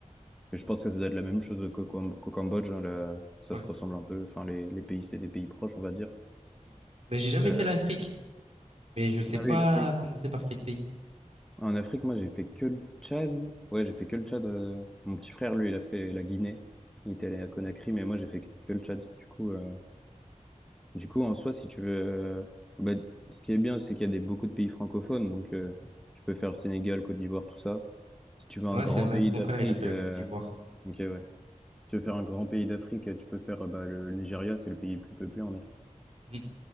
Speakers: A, in the centre; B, on the right.
A: Et je pense que ça doit être la même chose qu'au Cam- qu'au Cambodge. hein, là. ça
B: Ouais.
A: se ressemble un peu. Enfin, les, les pays, c'est des pays proches, on va dire.
B: Mm. Mais j'ai jamais
A: Euh,
B: fait l'Afrique. Mais je sais
A: Ah
B: pas
A: oui, la
B: commencer par quel pays.
A: En Afrique, moi, j'ai fait que le Tchad. Ouais, j'ai fait que le Tchad. euh, Mon petit frère, lui, il a fait la Guinée. Il était allé à Conakry, mais moi, j'ai fait que le Tchad. Du coup, euh, du coup, en soi, si tu veux, euh, bah, ce qui est bien, c'est qu'il y a des, beaucoup de pays francophones. Donc, euh, tu peux faire Sénégal, Côte d'Ivoire, tout ça. Si tu veux un
B: Ouais,
A: grand
B: c'est vrai.
A: pays
B: Mon
A: d'Afrique,
B: frère, il a fait
A: euh,
B: la Côte d'Ivoire.
A: ok, ouais. Si tu veux faire un grand pays d'Afrique, euh, tu peux faire euh, bah, le Nigeria, c'est le pays le plus peuplé en Afrique.
B: Mm.